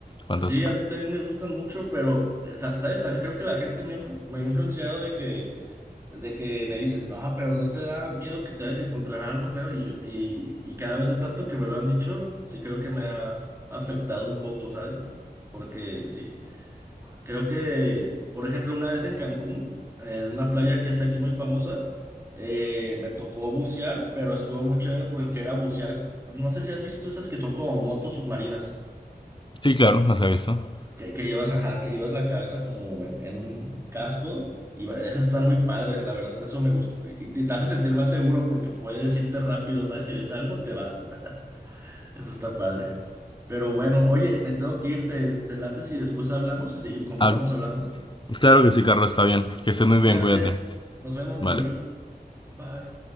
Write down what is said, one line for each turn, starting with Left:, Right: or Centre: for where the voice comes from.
Left: fantástico.
Right: sí, a mí también me gustan mucho, pero, eh, sa- ¿sabes? También creo que la gente me ha, influ- me ha influenciado de que, de que me dicen, no, pero no te da miedo que te vayas a encontrar algo feo y yo, y, y cada vez de tanto que me lo han dicho, sí creo que me ha afectado un poco, ¿sabes? Porque sí. Creo que, por ejemplo, una vez en Cancún, en una playa que es aquí muy famosa, eh, me tocó bucear, pero estuvo muy chévere porque era bucear. No sé si has visto esas que son como motos submarinas,
Left: Sí, claro, las he visto.
Right: que, que llevas, ajá, que llevas la cabeza como en un casco. Y va- esas están muy padres, la verdad, eso me gustó. Y te, te hace sentir más seguro porque puedes irte rápido, ¿sabes? Si ves algo, te vas. <laughs> Eso está padre. Pero bueno, oye, me tengo que ir, te, te late si después hablamos y seguimos, continuamos
Left: Ah,
Right: hablando.
Left: claro que sí, Carlos, está bien. Que estés muy bien,
Right: Cuídate,
Left: cuídate.
Right: nos vemos,
Left: Vale.
Right: hasta luego. Bye.